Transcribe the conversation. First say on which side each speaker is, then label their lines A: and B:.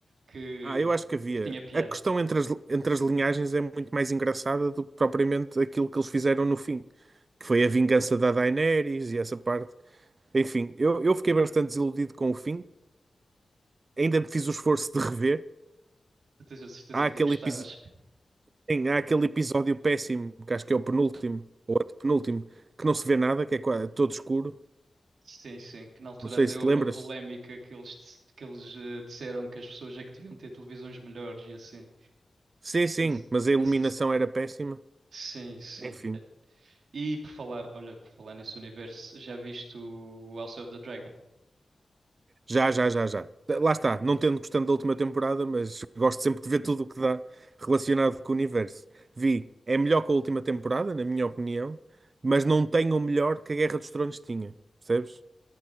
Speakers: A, on the right; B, on the right.
A: que,
B: Ah, eu acho que havia.
A: que tinha piada.
B: A questão entre as, entre as linhagens é muito mais engraçada do que propriamente aquilo que eles fizeram no fim, que foi a vingança da Daenerys e essa parte. Enfim, eu, eu fiquei bastante desiludido com o fim. Ainda fiz o esforço de rever.
A: Eu Tenho a certeza
B: Há
A: que
B: aquele
A: não gostavas.
B: episódio. Sim, há aquele episódio péssimo, que acho que é o penúltimo, ou antepenúltimo, que não se vê nada, que é qua- todo escuro.
A: Sim, sim, que na altura
B: Não sei
A: até
B: se
A: houve
B: te lembras.
A: a polémica que eles, dis- que eles eh, disseram que as pessoas é que deviam ter televisões melhores e assim.
B: Sim, sim,
A: Não, se-
B: mas a iluminação
A: não sei se...
B: era péssima.
A: Sim, sim.
B: Enfim,
A: Eh, E por falar, olha, por falar nesse universo, já viste o House of the Dragon?
B: já, já, já, já. Lá está, não tendo gostando da última temporada, mas gosto sempre de ver tudo o que dá relacionado com o universo. Vi, é melhor que a última temporada, na minha opinião, mas não tem o melhor que a Guerra dos Tronos tinha, percebes?